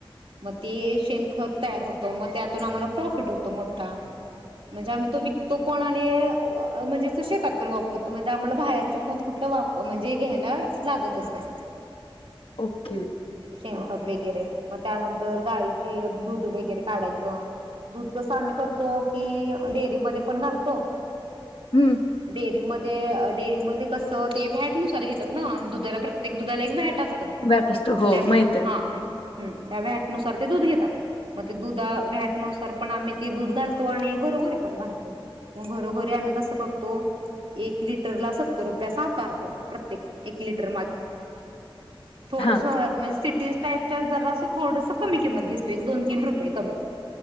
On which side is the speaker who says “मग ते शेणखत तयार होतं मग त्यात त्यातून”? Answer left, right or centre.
Right